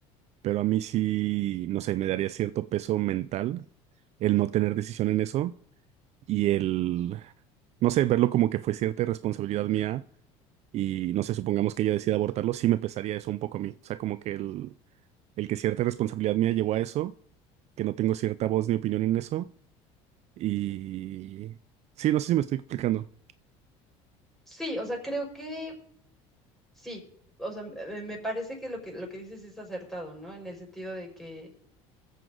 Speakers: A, on the right; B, in the centre.
A: Pero a mí sí, no sé, me daría cierto peso mental el no tener decisión en eso y el, no sé, verlo como que fue cierta responsabilidad mía y no sé, supongamos que ella decida abortarlo, sí me pesaría eso un poco a mí. O sea, como que el, el que cierta responsabilidad mía llevó a eso, que no tengo cierta voz ni opinión en eso y... Sí, no sé si me estoy explicando.
B: Sí, o sea, creo que sí. O sea, me me parece que lo que lo que dices es acertado, ¿no? En el sentido de que